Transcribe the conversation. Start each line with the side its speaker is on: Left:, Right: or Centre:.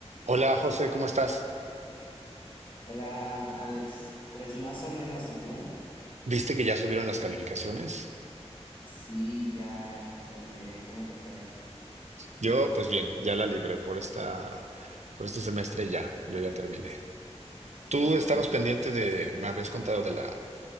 Right: Hola José, ¿cómo estás?
Left: Hola, Alex. Pues más o menos, ¿y tú?
Right: ¿Viste que ya subieron las calificaciones?
Left: Sí, ya, ya miré cómo te fue.
Right: Yo, pues bien, ya la libré por esta, por este semestre ya, yo ya terminé. Tú
Left: Súper.
Right: estabas pendiente de, me habías contado de la,